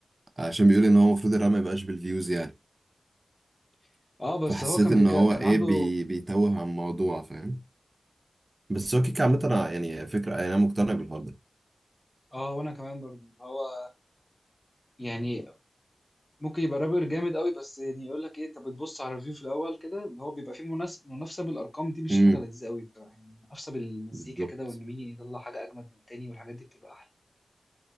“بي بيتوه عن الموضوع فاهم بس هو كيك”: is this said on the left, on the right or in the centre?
Right